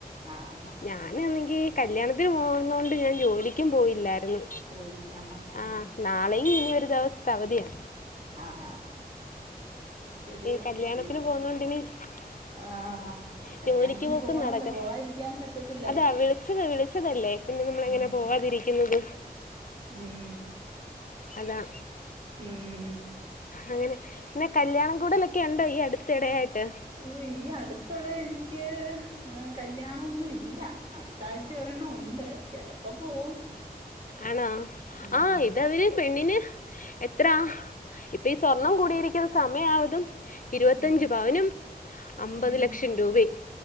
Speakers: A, on the right (about 35°); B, on the left (about 55°).
A: ആഹ്
B: ഞാനന്നെങ്കിൽ കല്യാണത്തിന് പോകുന്നതു കൊണ്ട് ഞാൻ ജോലിക്കും പോയില്ലായിരുന്നു
A: പോയില്ല ഹാ ഹാ
B: ആ
A: ഹാഹ്
B: നാളെയും ഇനി ഒരു ദിവസത്തെ അവധിയാ
A: ആഹ് അഹ് ശരിയാ
B: ഈ
A: ഇനിയിപ്പോ.
B: <unintelligible>
A: ആഹ് കല്യാണത്തിന്
B: ജോലിക്ക് പോക്കും
A: പോണല്ലോ
B: നടക്ക
A: പോവാതിരിക്കാൻ പറ്റത്തില്ലല്ലോ
B: അതാ വിളിച്ചത് വിളിച്ചതല്ലേ പിന്നെ നമ്മളെങ്ങനെ
A: ഉം
B: പോകാതിരിക്കുന്നത്
A: ഉം
B: അതാ
A: ഉം
B: അങ്ങനെ പിന്നെ കല്യാണം കൂടലൊക്കെ ഉണ്ടോ ഈ അടുത്തിടെയായിട്ട്
A: ഓഹ് ഈ അടുത്തിടെ എനിക്ക് ഏഹ് കല്യാണൊന്നുല്ല അടുത്ത ആഴ്ച ഒരെണ്ണം ഉണ്ട് ചിലപ്പോ പോവും
B: ആണോ
A: ഉം
B: ആഹ് ഇത്
A: അത്,
B: അവര് പെണ്ണിന് എത്ര ഇപ്പ ഈ സ്വർണം കൂടിയിരിക്കുന്ന സമയവതും ഇരുപത്തഞ്ച്
A: ഉം
B: പവനും അമ്പത്
A: ഉം
B: ലക്ഷം രൂപയും